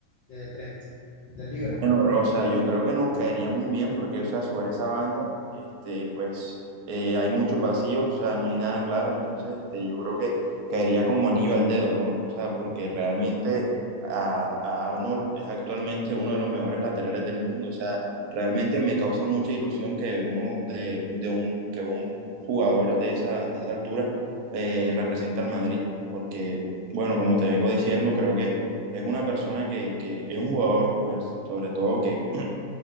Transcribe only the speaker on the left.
de Trent, del Liverpool?